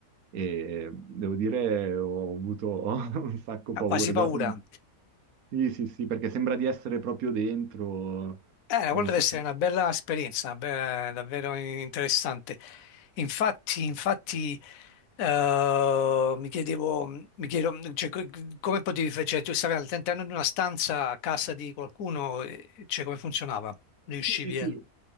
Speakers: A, on the right; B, on the left.
A: e devo dire ho avuto <laughs> un sacco
B: Ha
A: paura.
B: quasi paura.
A: Già son- Sì, sì, sì, perché sembra di essere proprio dentro,
B: Eh,
A: non
B: quella deve
A: so.
B: essere una bella esperienza, una be- davvero interessante. Infatti, infatti, eh, mi chiedevo, mi chiedo, cioè, co- come potevi fare, cioè, tu stavi all'interno di una stanza a casa di qualcuno, eh, cioè, come funzionava? Riuscivi
A: Sì, sì, sì.
B: a...